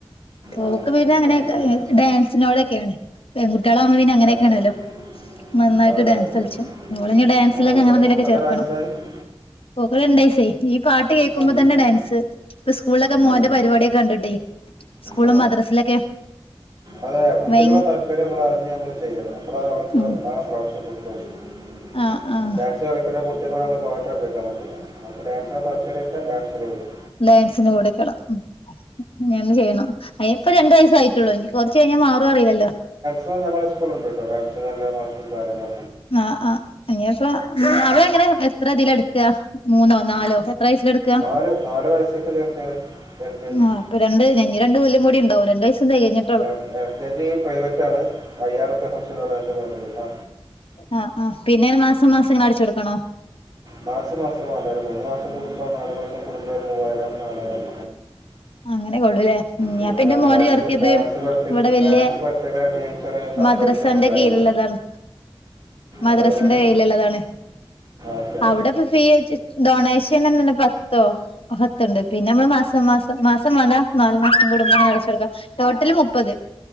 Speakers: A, on the right (about 45°); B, on the left (about 65°).
A: ആ
B: ഓക് പിന്നെ അങ്ങനെയൊക്കെ
A: സൗണ്ട് കേൾക്കും
B: ഡാൻസിനോട്ക്കെയാണ് പെൺകുട്ടികള ആവുമ്പോ പിന്നെ അങ്ങനെയൊക്കെ
A: ഓക്കെ
B: ആണല്ലോ
A: അതെ
B: നന്നായിട്ട് ഡാൻസ്
A: അതെ
B: കളിച്ചും
A: അതെ
B: ഇവളെ ഞാൻ ഡാൻസിലൊക്കെ
A: ആ ഒക്കെ
B: അങ്ങനെന്തേലുക്കെ ചേർക്ക
A: <unintelligible>
B: ഓക്ക് രണ്ടേസായ് ഈ പാട്ട് കേൾക്കുമ്പോ
A: നന്ന
B: തന്നെ ഡാൻസ്. സ്കൂളിലൊക്കെ
A: നന്ന
B: മോന്റെ പരിപാടിയൊക്കെ കണ്ടിട്ടേ സ്കൂളും
A: ആ
B: മദ്രസിലൊക്കെ
A: അതെ കുട്ടികളെ
B: ഭയ
A: താല്പര്യം നമ്മൾ അറിഞ്ഞ് നമ്മള് ചെയ്യണം അപ്പോഴ അവർക്ക്
B: ഉം
A: ആഹ് പ്രൊഫ <unintelligible>
B: ആഹ് ആഹ്
A: ഡാൻസ് ക ഇപ്പത്തെ കുട്ട്യോക്ക് നമ്മൾ പാട്ട് <unintelligible> പറ്റില്ല ഓക് ഡാൻസ താല്പര്യച്ച ഡാൻസ്ന് വിടാ
B: ഡാൻസിന് കൊടുക്കണം മ് ഞ നെ ചെയ്യണം അയ്നിപ്പരണ്ട് വയസ്സ് ആയിറ്റൊള്ളൂ ഇനി കൊറച്ച് കഴിഞാമാറോ അറീലല്ലോ
A: പ്പോ നമ്മടെ സ്കൂൾ ഇണ്ട് ട്ടോ ഡാൻസ് ന് എല്ലാ മാസും കാര്യങ്ങളൊ
B: ആ ആ അങ്ങപ്പ അവള എങ്ങനെ എത്രതില ഇട്ക്ക മൂന്നോ നാലോ എത്ര വയസ്സിലാ
A: നാല് നാല് വയസ്സൊക്കെ ചേർത്തേണ് എൽ കെ ജി
B: ആഹ് അപ്പൊ രണ്ട് ഞഞ്ഞ രണ്ട് കൊല്ലം കൂടി ഇണ്ടാവും രണ്ട് വയസ്സ് തെകഞ്
A: L L K G private ആണ് അയ്യായിരം റുപ്യ ഫസ്റ്റ് ഡൊണേഷൻ വാണ്ടേരുട്ടോ
B: ആ ആ പിന്നെ മാസ മാസം ഇങ്ങനെ അടിച്ചു കൊടുക്കണോ
A: മാസം മാസം വാണ്ട ഒരു മൂന്ന് മാസം കൂടുമ്പോം നാല് മാസം കൂടുമ്പോ ഒരു മൂവ്വായിരം നാലായിരം
B: അങ്ങനെക്കൊള്ളൂല്ലേ മ്
A: പിന്നെ
B: അപ്പന്റെ മോന്
A: ഡാൻസ്
B: ചേർത്തിത്
A: ഡാൻസ് പഠിപ്പി
B: ഇവടെ വല്ല്യേ
A: ഡാൻസ് പഠിപ്പിക്കുന്ന ടീച്ചർ സെപ്പറേറ്റ്
B: മദ്രസന്റെ
A: വരില്ല
B: കീലിള്ളതാണ് മദ്രാസിന്റെ
A: അതെവിടെയാണ്
B: കീഴിൽള്ളതാണ്
A: ഓക്കെ
B: അവടെപ്പ ഫീ - ഡൊണേഷ്യൻന്നന്നന്നേ പത്തോ പത്ത്ണ്ട് പിന്നെ മ്മള് മാ മാസം മാസം മാസം വാണ്ട നാല് മാസം കൂടുമ്പ ങ്ങനെ അടച്ച് കൊടുക്കാ ടോട്ടല് മുപ്പത്